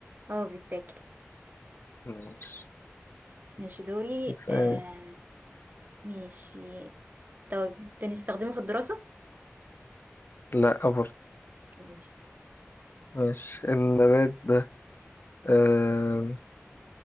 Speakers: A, on the right; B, on the left.
A: اه بيتاكل
B: ماشي
A: ماشي دوري
B: اسأل.
A: آه. ماشي طيب بنستخدمه في الدراسة
B: لا برضه
A: ماشي
B: مش النبات ده آه،